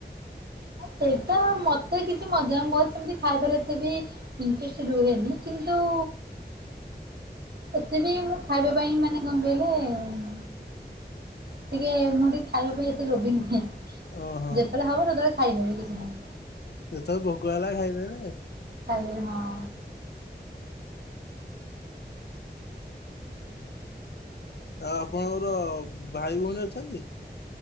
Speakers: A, on the right; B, on the left.
A: ସେଇଟା ମତେ କିଛି ମଜା କର ସେମିତି ଖାଇବାର ସେ ବି ଇନ୍ଟ୍ରେସ୍ ରୁହେନି କିନ୍ତୁ ଏତେ ବି ମୁଁ ଖାଇବା ପାଇଁ ମାନେ କଣ କହିଲେ? ଟିକେ ମୁଁ ଟିକେ ଖାଇବା ପାଇଁ ଏତେ ଲୋଭି ନୁହେଁ।
B: ଓହୋ।
A: ଯେତେଳେ ହବ ସେତେଳେ ଖାଇ ନେବି କିଛି ନାହି।
B: ଯେତେବେଳେ ଭୋକ ହେଲା ଖାଇଦେବେ।
A: ଖାଇଦେବି ହାଁ।
B: ଆଉ ଆପଣଙ୍କର ଭାଇ ଭଉଣୀ ଅଛନ୍ତି?